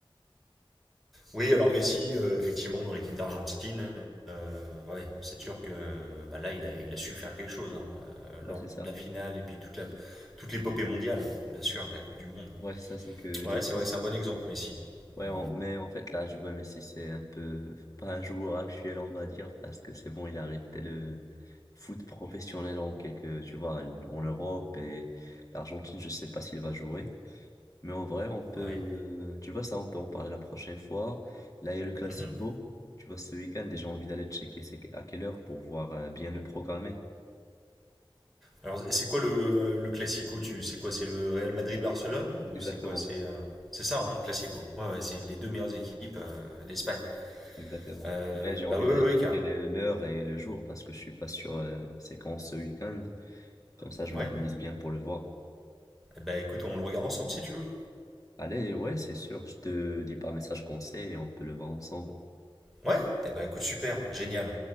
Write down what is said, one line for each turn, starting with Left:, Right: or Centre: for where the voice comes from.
Centre: Oui, alors Messi, euh, effectivement, dans l'équipe d'Argentine, euh, ouais, c'est sûr que bah, là, il a, il a su faire quelque chose hein, euh,
Left: Ouais,
Centre: lors
Left: c'est
Centre: de
Left: ça.
Centre: la finale et puis toute la, toute l'épopée mondiale, bien sûr, de la Coupe du Monde.
Left: Ouais, c'est ça, c'est que
Centre: Ouais,
Left: l'équipe
Centre: c'est vrai que c'est un bon exemple, Messi.
Left: Ouais,
Centre: Mais
Left: on- mais en fait, là, je vois Messi, c'est un peu pas un joueur actuel, on va dire, parce que c'est bon, il a arrêté le foot professionnel en quelque, tu vois, en Europe et l'Argentine, je sais pas s'il va jouer. Mais en vrai, on peut,
Centre: ouais.
Left: euh, tu vois, ça, on peut en parler la prochaine fois. Là, il y a le Classico.
Centre: Mhm.
Left: Tu vois, ce week-end, et j'ai envie d'aller checker c'est à quelle heure pour voir euh, bien le programmer.
Centre: Alors, c'est quoi le, euh, le classico, tu, c'est quoi, c'est le Real Madrid-Barcelone ou
Left: Exactement,
Centre: c'est quoi, c'est euh, c'est ça, hein, classico. Ouais, ouais, c'est les deux meilleures équipes euh, d'Espagne.
Left: exactement.
Centre: Euh,
Left: Ouais, j'ai envie
Centre: bah ouais,
Left: d'aller
Centre: ouais, ouais,
Left: checker le- l'heure et le jour parce que je suis pas sûr euh, c'est quand ce week-end. Comme ça, je m'organise
Centre: Ouais.
Left: bien pour le voir.
Centre: Eh ben écoute, on le regarde ensemble si tu veux.
Left: Allez, ouais, c'est sûr, je te dis par message conseil et on peut le voir ensemble.
Centre: Ouais Eh ben écoute, super, génial.